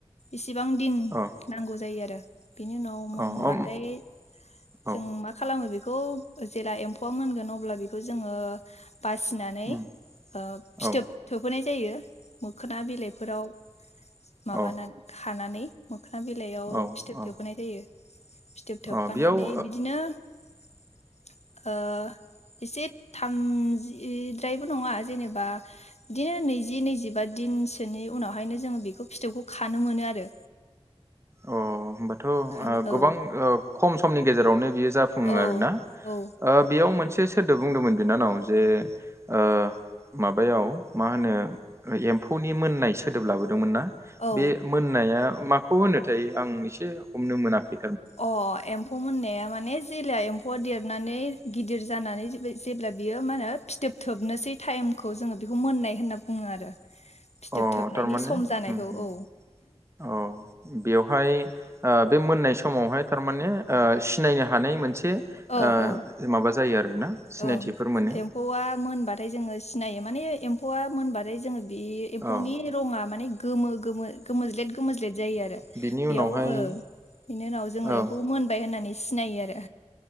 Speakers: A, on the left (about 70°); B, on the right (about 25°).
A: इस सिबां दिन
B: अ
A: नांगौ जायो आरो बेनि उनाव मोनबाथाय
B: अ अम औ
A: जों मा खालामो बे खौ जेला एम्फौआ मोनगोन अब्ला बेखौ जोङो बासिनानै
B: उम
A: ओ फिथोब
B: औ अ
A: थोबहोनाय जायो मोखोना बिलाइफोराव माबानान
B: अ
A: खानानै मोखोना बिलाइयाव
B: औ
A: फिथोब
B: औ
A: थोबहोनाय जायो। फिथोब थोबफानानै
B: अ बेयाव अ
A: बिदिनो <inaudible> ओ इसे थामजि इद्रायबो नङा जेनेबा बिदिनो नैजि नैजिबा दिनसोनि उनावहायनो जोङो बेखौ फिथोबखौ खानो मोनो आरो
B: अ होमबा थ ओ
A: खान औ
B: गोबां ओ खम समनि गेजेर रावनो बियो जाफुङो‌
A: औ
B: आरोना
A: औ
B: ओ बेयाव मोनसे सोदोब बुंदोंमोन बिनानाव जे ओ माबायाव मा होनो एम्फौनि मोननाय सोदोब लाबोद दोंमोनना
A: औ
B: बे मोननाया माखौ होनो? थाय आं एसे हमनो मोनाखै
A: अ एम म्फौ मोननाया माने जेला एम्फौ देरनानै गिदिर जानानै जेब्ला बियो मा होनो फिथोब थोबनोसै टाइमखौ जोङो बेखौ मोननाय होनना बुङो आरो फिथोब
B: अ
A: थोबनायनि
B: थारमाने
A: सम जानायखौ
B: उम उम
A: औ
B: अ बेवहाय ओ बे मोननाय समावहाय थारमाने ओ सिनायनो हा थानै मोनसे ओ
A: ओं औ
B: माबा जायो आरोना सिनायथिफोर
A: ओं
B: मोनो
A: एम्फौआ मोनबाथाय जोङो सिनायो। माने एम्फौआ मोनबाथाय जोङो बे एम्फौनि
B: औ
A: रङा माने गोमो गोमो गोमोज्लेद गोमज्लेद जायो आरो
B: बिनि उनावहाय
A: बेयाव ओ बिनि उनाव जोङो
B: औ
A: एम्फौखौ मोनबाय होननानै सिनायो आरो।